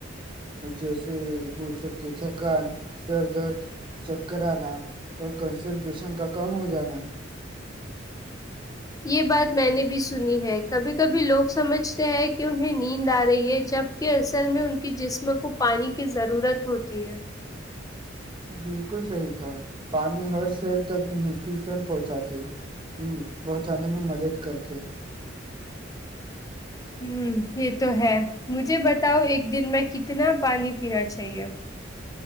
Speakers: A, on the right; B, on the left.
A: جیسے بول سکتے تھکان سر درد چک کررانا اور کنسنٹریشن کا کم ہو جانا <unintelligible>
B: یہ بات میں نے بھی سنی ہے کبھی کبھی لوگ سمجھتے ہیں کہ انہیں نیند آ رہی ہے جبکہ اصل میں ان کے جسم کو پانی کی ضرورت ہوتی ہے
A: بالکل صحیح تھا پانی ہر سیل تک نیوٹریشن پہنچاتے پہنچانے میں مدد کرتے <unintelligible>
B: ہ یہ تو ہے مجھے بتاؤ ایک دن میں کتنا پانی پینا چاہیے <unintelligible>